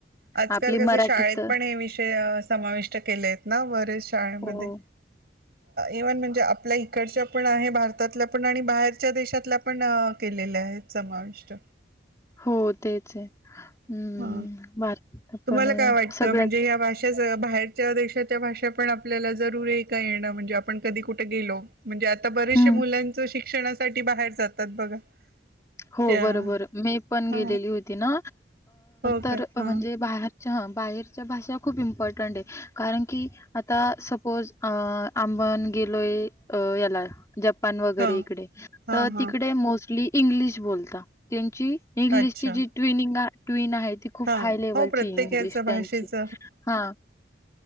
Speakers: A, on the right; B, on the left.
A: आजकाल
B: आपली
A: कस
B: मराठी
A: शाळेत
B: तर
A: पण हे विषय समाविष्ट केले आहेत ना बरेच शाळेमध्ये
B: हो,
A: इव्हन म्हणजे आपल्या इकडच्या पण आहे. भारतातल्या पण आणि बाहेरच्या देशातल्या पण केलेल्या आहेत समाविष्ट.
B: हो तेच आहे. हं,
A: हा.
B: भारतात
A: तुम्हाला
B: पण आहे
A: काय वाटतं
B: सगळ्यात
A: म्हणजे या भाषाच बाहे देशाच्या भाषा पण आपल्याला जरूरी आहे का येणं म्हणजे आपण कधी कुठे गेलो. म्हणजे आता बरेचशे
B: हं.
A: मुलांच शिक्षणासाठी बाहेर जातात बघा. त्या
B: हो बरोबर मे पण गेलेली
A: हा
B: होती ना
A: हो
B: तर
A: काय
B: म्हणजे
A: हा
B: बाहेर. हा बाहेरच्या भाषा खूप इम्पॉर्टंट आहे कारण की आता सपोज अ अ. मण गेलोय याला ज वरे
A: हा
B: इकडे
A: हा
B: तर
A: हा
B: तिकडे मोस्टल्यी इंग्लिश बोलता. इंग्लिश
A: अच्छा
B: ची जी ट्युनिंग आहे ट्यून आहे. खूप
A: हा
B: हाय लेवलची
A: हो प्रत्येकाच
B: इंग्लिश त्यांची
A: भाषेच
B: हा.